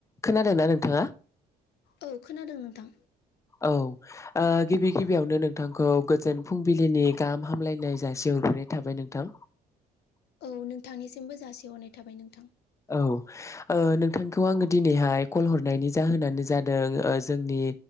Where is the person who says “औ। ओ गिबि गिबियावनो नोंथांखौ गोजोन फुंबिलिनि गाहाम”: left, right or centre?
Left